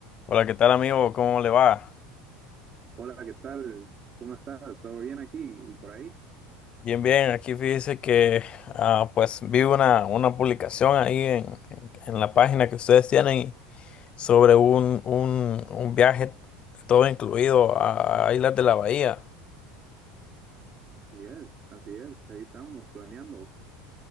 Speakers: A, on the left (about 35°); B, on the right (about 30°).
A: Hola, ¿qué tal amigo? ¿Cómo le va?
B: Hola, ¿qué tal? ¿Cómo estás? ¿Todo bien aquí y por ahí?
A: Bien, bien, aquí fíjese que ah, pues vi una, una publicación ahí en, en- en la página que ustedes tienen sobre un, un, un viaje todo incluido a, a Islas de la Bahía.
B: Así es, así es. Ahí estamos planeando,